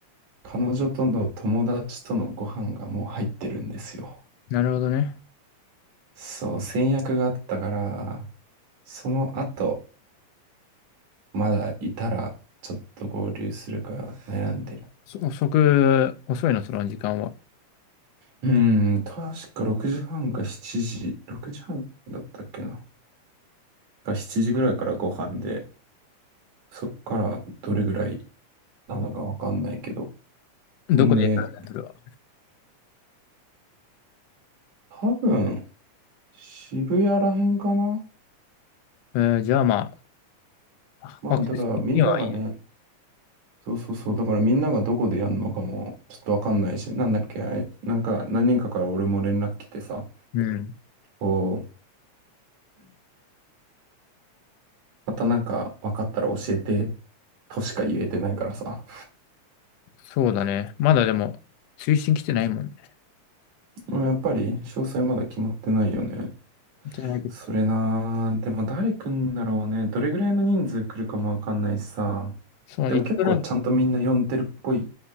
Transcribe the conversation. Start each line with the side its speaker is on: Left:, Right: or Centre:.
Right: 彼女との友達とのご飯がもう入ってるんですよ。
Left: なるほどね。
Right: そう、先約があったから、その後、まだいたらちょっと合流するか悩んでる。
Left: そ、遅く、遅いの、その時間は。
Right: うん、確か6時半か7時、6時半だったっけな。か7時ぐらいからご飯で、そっからどれぐらいなのかわかんないけど。
Left: どこで行くのそれは。
Right: んで、多分、渋谷らへんかな
Left: えーじゃあまあ、
Right: まあ、
Left: アクセス的にはいいね。
Right: だからみんながね、そうそうそう、だからみんながどこでやるのかもちょっとわかんないし、なんだっけ、あれなんか何人かから俺も連絡来てさ、
Left: うん。
Right: こう、またなんかわかったら教えて、としか言えてないからさ。
Left: そうだね。まだでも、推進来てないもんね。
Right: まあやっぱり詳細まだ決まってないよね。
Left: じゃないと
Right: それなー、でも誰来んだろうね。どれぐらいの人数来るかもわかんないしさ。
Left: そう、
Right: でも結構ちゃんとみんな呼んでるっぽい
Left: 一応なんか、